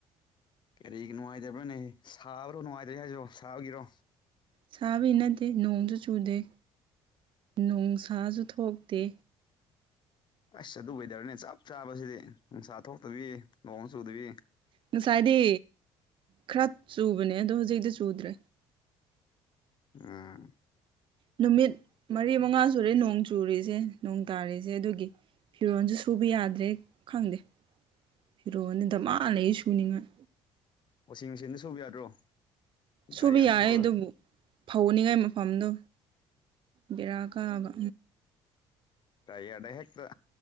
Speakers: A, on the left; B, on the right.
A: ꯀꯔꯤ ꯅꯨꯡꯉꯥꯏꯇꯕ꯭ꯔꯣꯅꯦ ꯁꯥꯕ꯭ꯔꯣ ꯅꯨꯡꯉꯥꯏꯇ꯭ꯔꯦ ꯍꯥꯏꯁ ꯁꯥꯕꯒꯤꯔꯣ
B: ꯁꯥꯕꯗꯤ ꯅꯠꯇꯦ ꯅꯣꯡꯁꯨ ꯆꯨꯗꯦ ꯅꯣꯡ ꯁꯥꯁꯨ ꯊꯣꯛꯇꯦ
A: ꯑꯁ ꯑꯗꯨ ꯑꯣꯏꯗꯔꯅꯦ ꯆꯞ ꯆꯥꯕꯁꯤꯗꯤ ꯅꯨꯡꯁꯥ ꯊꯣꯛꯇꯕꯤ ꯅꯣꯡ ꯆꯨꯗꯕꯤ
B: ꯉꯁꯥꯏꯗꯤ ꯈꯔ ꯆꯨꯕꯅꯦ ꯑꯗꯣ ꯍꯧꯖꯤꯛꯇꯤ ꯆꯨꯗ꯭ꯔꯦ
A: ꯑ
B: ꯅꯨꯃꯤꯠ ꯃꯔꯤ ꯃꯉꯥ ꯁꯨꯔꯦ ꯅꯣꯡ ꯆ ꯆꯨꯔꯤꯁꯦ ꯅꯣꯡ ꯇꯥꯔꯤꯁꯦ ꯑꯗꯨꯒꯤ ꯐꯤꯔꯣꯜꯁꯨ ꯁꯨꯕ ꯌꯥꯗ꯭ꯔꯦ ꯈꯪꯗꯦ ꯐꯤꯔꯣꯑꯣꯅꯤꯗ ꯃꯥ ꯂꯩ ꯁꯨꯅꯤꯉꯥꯏ
A: ꯋꯥꯁꯤꯡ ꯃꯦꯁꯤꯤꯟꯗ ꯁꯨꯕ ꯌꯥꯗ꯭ꯔꯣ
B: ꯁꯨꯕꯤ
A: ꯗ꯭ꯔꯥꯏꯌꯔꯗ
B: ꯌꯥꯌꯦ
A: ꯊꯣꯛꯂꯒ
B: ꯑꯗꯨꯕꯨ ꯐꯧꯅꯤꯉꯥꯏ ꯃꯐꯝꯗꯣ ꯕꯦꯔꯥ ꯀꯥꯕ
A: ꯌꯥꯔꯗ ꯍꯦꯛꯇ